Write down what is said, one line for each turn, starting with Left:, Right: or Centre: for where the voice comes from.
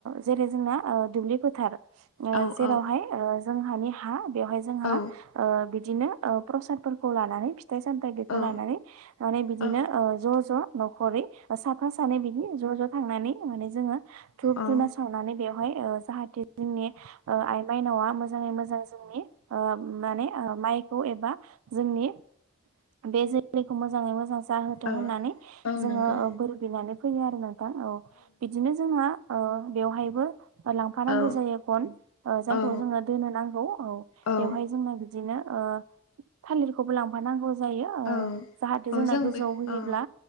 Right: जेरै जोंना ओ दुब्लि फोथार ओ
Left: औ
Right: जेरावहाय
Left: औ
Right: ओ जोंहानि हा बेवहाय जोंहा
Left: औ
Right: ओ बिदिनो ओ प्रसादफोरखौ लानानै फिथाइ सामथाइ बेखौ
Left: औ
Right: लानानै माने बिदिनो
Left: औ
Right: ओ ज' ज' न'खरै ओ साफा सानै बिदि ज'-ज' थांनानै माने जोङो धुप
Left: औ
Right: धुना सावनानै बेवहाय ओ जाहाथे जोंनि ओ आइ माइनावा मोजाङै मोजां जोंनि ओ माने माइखौ एबा जोंनि बे जोलैखौ मोजाङै मोजां जाहोथों
Left: औ
Right: होननानै
Left: औ
Right: जोङो
Left: नंगौ
Right: बोर बिनानै फैयो आरो नों थां औ बिदिनो जोंहा ओ बेवहायबो लांफानांगौ
Left: औ
Right: जायो गन ओ जायखौ
Left: औ
Right: जोङो दोननो नांगौ औ
Left: औ
Right: बेवहाय जोंनो दिनो ओ थालिरखौबो लांफानांगौ जायो ओ
Left: औ
Right: जाहाथे
Left: औ
Right: जोंना
Left: जों
Right: गोजौआव
Left: बे
Right: होयोब्ला
Left: औ